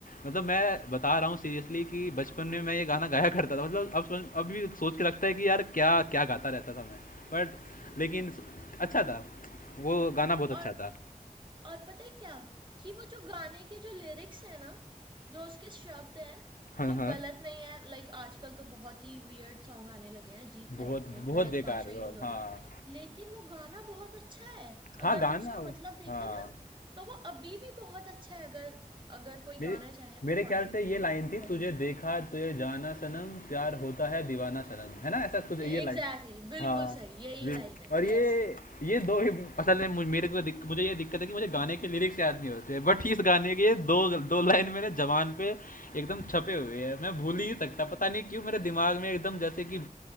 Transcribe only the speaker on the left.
मतलब मैं बता रहा हूँ सीरियसली कि बचपन में मैं ये गाना गाया करता था मतलब अब समझ- अब भी सोच के लगता है कि यार क्या क्या गाता रहता था मैं बट लेकिन अच्छा था वो गाना बहुत
अच्छा था
हाँ
हाँ
बहुत
बहुत
बेकार
है
और
हाँ
हाँ
गाना
हाँ
मेरे
मेरे ख्याल
से
ये लाइन
थी
तुझे
देखा तुझे जाना सनम प्यार होता है दीवाना सनम है ना ऐसा कुछ ये
लाइन
हाँ
बिल-
और ये
ये दो ही असल में मुझ- मेरे को दिक, मुझे ये दिक्कत है कि मुझे गाने के लिरिक्स याद नहीं होते हैं, बट इस गाने के ये दो दो लाइन मेरे जवान पे एकदम छपे हुए हैं मैं भूल ही नहीं सकता पता नहीं क्यों मेरे दिमाग में एकदम जैसे कि